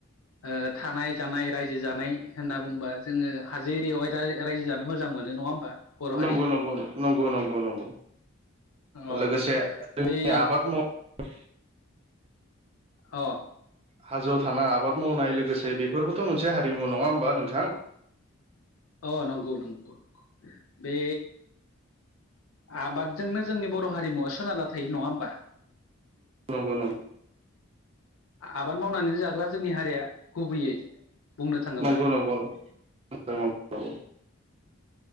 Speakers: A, on the left; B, on the right.
A: ओ थानाय जानाय रायजो जानाय होनना बुंबा जोङो हाजो एरियावहाय दा रायजो जानो मोजां मोनो नङा होमबा बर' हारिया
B: नंगौ नंगौ नंगौ नंगौ नंगौ
A: औ
B: लोगोसे जोंनि
A: बे
B: आबाद माव
A: अ
B: हाजोआव थानाय आबाद मावनाय लोगोसे बेफोरबोथ' मोनसे हारिमु नङा होमबा नोंथां!
A: अ नंगौ नंगौ बे आबादजोंनो जोंनि बर' हारिमुवा सोनारना थायो नङा होमबा?
B: नंगौ नंगौ
A: आबाद मावनानै जाग्रा जोंनि हारिया गुबैयै बुंनो थाङोबा
B: नंगौ नंगौ नंगौ नंगौ